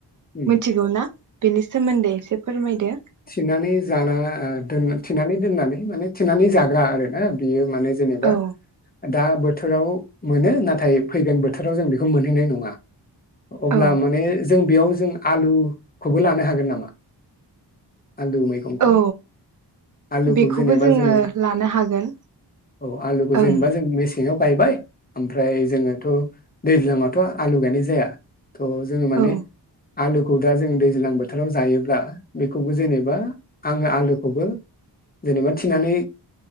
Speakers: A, on the left; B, on the right.
A: उम,
B: मिथिगौ ना? बेनि सोमोन्दै एसे फोरमायदो
A: थिनानै जाना थिनानै दोननानै माने थिनानै जाग्रा आरो ना बियो माने जेनेबा
B: औ
A: दा बोथोराव मोनो नाथाय फैगोन बोथोराव जों बेखौ मोनहैनाय नङा अब्ला
B: औ
A: माने जों बेयाव जों आलुखौबो लानो हागोन नामा? आलु मैगंखौ
B: औ
A: आलुखौ
B: बेखौबो
A: जेनेबा जोङो
B: लानो हागोन
A: औ आलुखौ जेनेबा
B: ओं
A: जों सिङाव गायबाय ओमफ्राय जोङोथ' दैज्लांयावथ' आलु गायनाय जाया थ' जोङो माने
B: औ
A: आलु खौदा जों दैज्लां बोथ फोथाराव जायोब्ला बेखौबो जेनेबा आङो आलुखौबो जेनेबा थिनानै